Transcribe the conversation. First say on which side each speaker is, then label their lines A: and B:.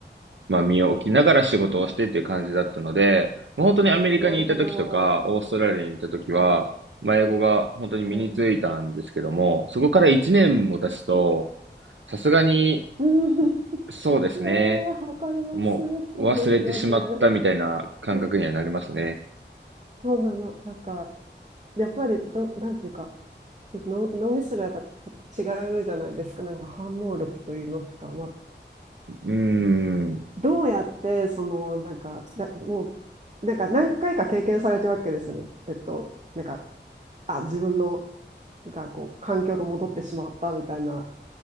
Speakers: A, on the right (about 85°); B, on the right (about 40°).
A: まあ、身を置きながら仕事をしてっていう感じだったので、もう本当にアメリカにいた時とか、
B: なるほど。
A: オーストラリアにいた時は、
B: うん。
A: まあ、英語が本当に身についたんですけども、
B: うん。
A: そこから1年も経つと、さすがに、
B: <laughs> うん
A: そうですね、
B: いやー、わかります。
A: もう忘れてしまったみたいな感覚にはなりますね。
B: そうですよね。<laughs> そうなの。なんか、やっぱりど、なんていうか、ちょっとの脳みそがやっぱちょっと違うじゃないですか。なんか反応力といいますか。まあ、
A: うーん、
B: どうやって、その、なんか、だ、もう、なんか何回か経験されてるわけですよね。えっと、なんか、あ、自分の、がこう、環境が戻ってしまったみたいな